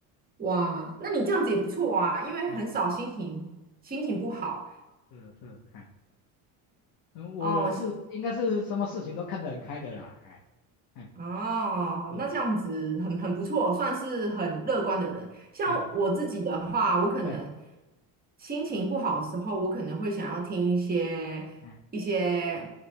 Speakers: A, on the right; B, on the left.
A: 哇，那你这样子也不错啊，因为很少心情心情不好
B: 嗯，是是，哎，嗯，我是应该是什么事情都看得很开的啦，
A: 哦。
B: 哎，哎，
A: 哦，
B: 是，
A: 那这样子很很不错，
B: 嗯，
A: 算是很乐观的人。像我自己的话，
B: 哎，
A: 我可能
B: 对，
A: 心情不好的时候，我可能会想要听一些一些
B: 哎，